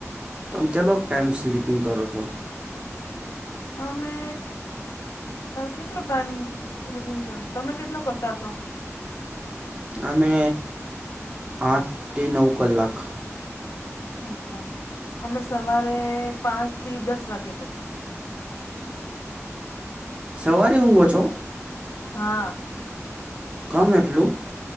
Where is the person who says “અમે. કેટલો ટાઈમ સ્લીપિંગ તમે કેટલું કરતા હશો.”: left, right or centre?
Left